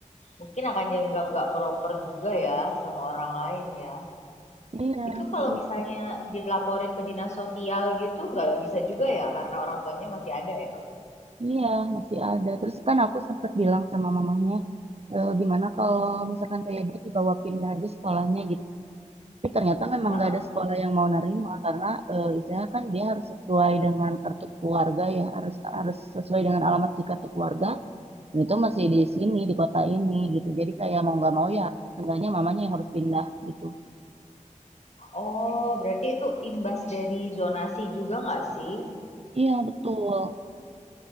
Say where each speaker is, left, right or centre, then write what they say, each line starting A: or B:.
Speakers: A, on the left (about 60°); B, on the right (about 50°).
A: mungkin akan dianggap nggak proper juga ya sama orang lain ya.
B: Iya,
A: Itu kalau
B: betul.
A: misalnya dilaporin ke dinas sosial gitu nggak bisa juga ya karena orang tuanya masih ada ya.
B: Iya, masih ada. Terus kan aku sempat bilang sama mamanya, e, gimana kalau misalkan kayak dia dibawa pindah aja sekolahnya Tapi ternyata memang
A: Heeh.
B: nggak ada sekolah yang mau nerima karena eh, istilahnya kan dia harus sesuai dengan kartu keluarga ya harus harus sesuai dengan alamat di kartu keluarga dan itu masih di sini di kota ini gitu jadi kayak mau nggak mau ya seenggaknya mamanya yang harus pindah gitu
A: Oh, berarti itu imbas dari zonasi juga nggak sih?
B: iya betul